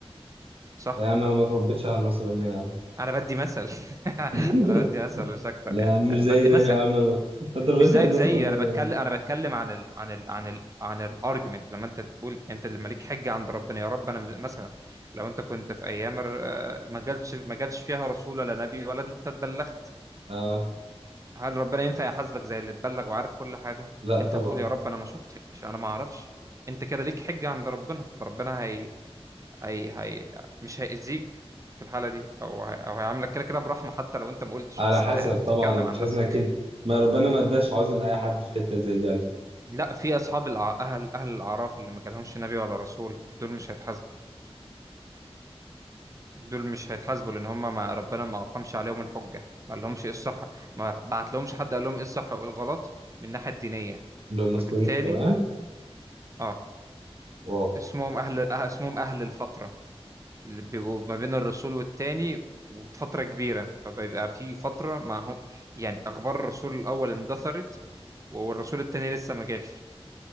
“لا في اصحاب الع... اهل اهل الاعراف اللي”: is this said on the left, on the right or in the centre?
Right